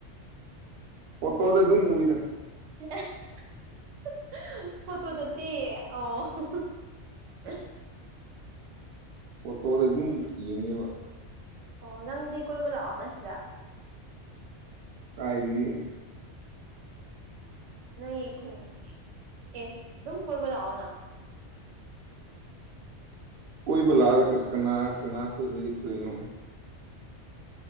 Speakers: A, on the right (about 60°); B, on the right (about 80°).
A: ꯐꯣꯠꯇꯣꯗ ꯑꯗꯨꯝ ꯎꯏꯗꯥ꯫
B: <unintelligible> ꯐꯣꯠꯇꯣꯗ ꯇꯤ ꯑꯣ <unintelligible>
A: ꯐꯣꯇꯣꯗ ꯑꯗꯨꯝ ꯌꯦꯡꯉꯦꯕ
B: ꯑꯣ ꯅꯪꯗꯤ ꯀꯣꯏꯕ ꯂꯥꯛꯑꯣꯅ ꯁꯤꯗ꯫
A: ꯀꯥꯏꯔꯤꯌꯦ
B: ꯅꯣꯏ ꯈꯨꯟꯒꯤ ꯑꯦ ꯑꯗꯨꯝ ꯀꯣꯏꯕ ꯂꯥꯛꯑꯣ ꯅ꯫
A: ꯀꯣꯏꯕ ꯂꯥꯛꯑꯒ ꯀ ꯀꯅꯥ ꯀꯅꯥ ꯈꯣꯏꯗ ꯂꯦꯛꯇꯣꯏꯅꯣ꯫